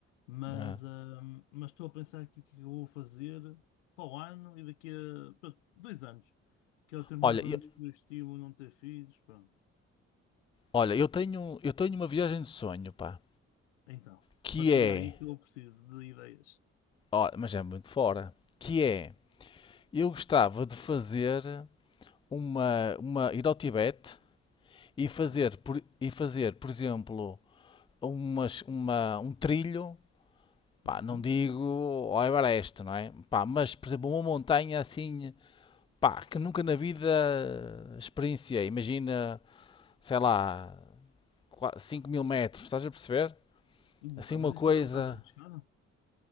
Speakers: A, on the left; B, on the left.
A: Mas,
B: Ah.
A: ah, mas estou a pensar aqui o que é que eu vou fazer para o ano e daqui a, pronto, dois anos, que é o tempo
B: Olha,
A: mais ou
B: eu,
A: menos que eu estimo não ter filhos, pronto.
B: olha, eu tenho, eu tenho uma viagem de sonho, pá.
A: Então,
B: Que
A: partilha
B: é.
A: aí que eu preciso de ideias.
B: ó, mas é muito fora. Que é. Eu gostava de fazer uma, uma, ir ao Tibete e
A: Ok.
B: fazer, por, e fazer, por exemplo, umas, uma, um trilho Pá,
A: Uhum.
B: não digo ao Everest, não é? Pá, mas, por exemplo, uma montanha assim, pá, que nunca na vida experienciei. Imagina, sei lá, cinco mil metros, estás a perceber?
A: Hum,
B: Assim
A: pá,
B: uma
A: mas isso
B: coisa...
A: não é um bocado arriscado?